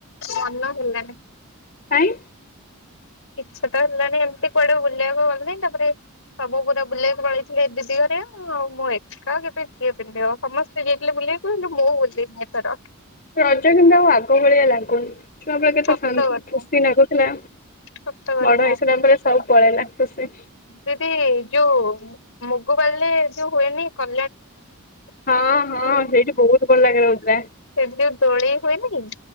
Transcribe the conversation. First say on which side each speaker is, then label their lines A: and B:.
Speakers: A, on the left; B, on the left.
A: ମନ ହେଲାନି।
B: କାଇଁ?
A: ଇଛା ତ ହେଲାନି ଏମିତି କୁଆଡେ ବୁଲିବାକୁ ଗଲିନି ତାପରେ ସବୁ ପୁରା ବୁଲିବାକୁ ପଳେଇଥିଲେ ଦିଦି ଘରିଆ ଆଉ ମୁଁ ଏକା ସେଥିପାଇଁ କିଏ ପିନ୍ଧିବ ସମସ୍ତେ ଯାଇଥିଲେ ବୁଲିବାକୁ ହେଲେ ମୁଁ ଗଲିନି ଏଥର।
B: ରଜ କିନ୍ତୁ ଆଉ ଆଗ ଭଳିଆ ଲାଗୁନି ଛୁଆ ବେଳେ କେତେ
A: ସତ
B: ଶାନ୍ତି
A: କଥା
B: ଖୁସି ଲାଗୁଥିଲା
A: ସତ କଥା।
B: ବଡ ହେଇସାରିଲା ପରେ ସବୁ ପଳେଇଲା। ତ ସେ
A: ଦିଦି ଯୋଉ ମୁଗ ଡାଲିରେ ଯୋଉ ହୁଏନି କ
B: ହଁ ହଁ ସେଇଠି ବହୁତ ଭଲ ଖେଳ ହଉଥିଲା।
A: ଯୋଉ ଦୋଳି ହୁଏନି କି?